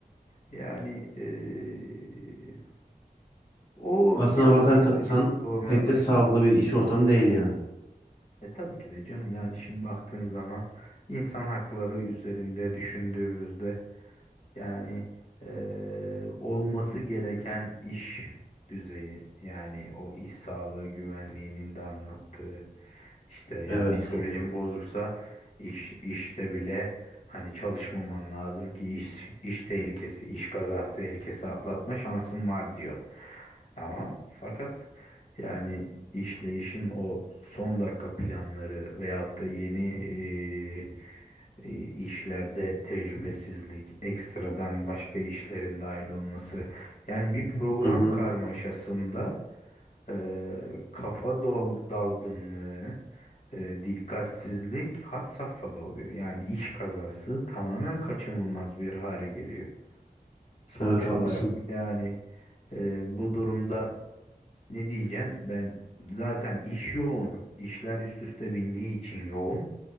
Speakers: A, on the left (about 45°); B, on the left (about 25°).
A: Yani eee, o
B: Aslına
A: birazcık
B: bakarsan
A: beni yormaya
B: pek de
A: başladı
B: sağlıklı
A: artık.
B: bir iş ortamı değil yani.
A: E tabii ki de canım yani şimdi baktığın zaman insan hakları üzerinde düşündüğümüzde yani eee, olması gereken iş düzeyi yani o iş sağlığı güvenliğinin de anlattığı işte yani
B: Evet.
A: psikolojin bozuksa iş işte bile hani çalışmaman lazım ki iş iş tehlikesi, iş kazası tehlikesi atlatma şansın var diyor. Ama fakat yani işleyişin o son dakika planları veyahut da yeni eee e, işlerde tecrübesizlik, ekstradan başka işlerin dahil olması. Yani bir program
B: Hı hı.
A: karmaşasında e, kafa dol- dalgınlığı, e, dikkatsizlik had safhada oluyor. Yani iş kazası tamamen kaçınılmaz bir hale geliyor. Sonuç
B: Evet haklısın.
A: olarak Evet. yani e, bu durumda ne diyeceksin? Ben zaten iş yoğun, işler üst üste bindiği için yoğun.